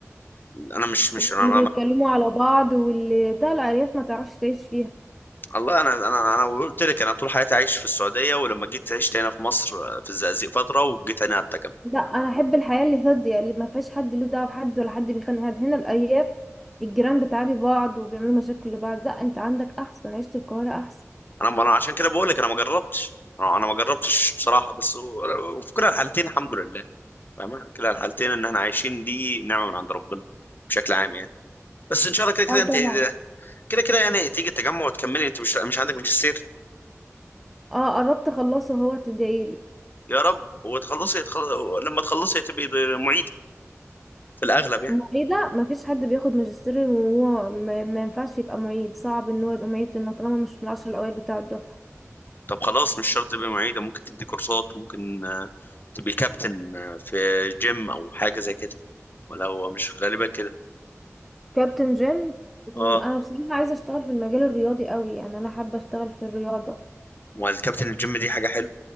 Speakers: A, on the left; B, in the centre.
A: انا مش مش
B: واللي
A: انا
B: بيتكلموا على بعض واللي بتاع الأرياف ما تعرفش تعيش فيها
A: والله انا انا انا قلت لك انا طول حياتي عايش في السعوديه ولما جيت عشت هنا في مصر آه، في الزقازيق فتره وجيت هنا على التجمع
B: لا انا احب الحياة اللي هادية اللي ما فيهاش حد له دعوة بحد ولا حد بيخانق حد هنا الأرياف الجيران بتعادي بعض وبيعملوا مشاكل لبعض لا انت عندك احسن عيشة القاهرة احسن
A: انا انا عشان كده بقول لك انا ما جربتش انا أنا ما جربتش بصراحه بس و- وفي كلا الحالتين الحمد لله فاهمة كلا الحالتين ان احنا عايشين دي نعمه من عند ربنا بشكل عام يعني بس ان شاء الله كده كده
B: اه
A: انت
B: طبعا
A: كده كده يعني تيجي التجمع وتكملي انت مش مش عندك ماجستير
B: اه قربت اخلصه هو تدعيلي
A: يا رب وتخلصي تخل... لما تخلصي تبقي معيد في الاغلب يعني
B: معيدة مفيش حد بياخد ماجستير وهو ما, ما ينفعش يبقى معيد صعب ان هو يبقى معيد لانه طالما مش من العشر الاوائل بتاع الدفعة
A: طب خلاص مش شرط تبقى معيدة ممكن تدي كورسات ممكن آه، تبقي كابتن آه، في جيم أو حاجة زي كده ولا هو مش غالبا كده
B: كابتن جيم
A: اه
B: انا بصراحة عايزة اشتغل في المجال الرياضي قوي يعني انا حابة اشتغل في الرياضة
A: والكابتن الجيم دي حاجة حلوة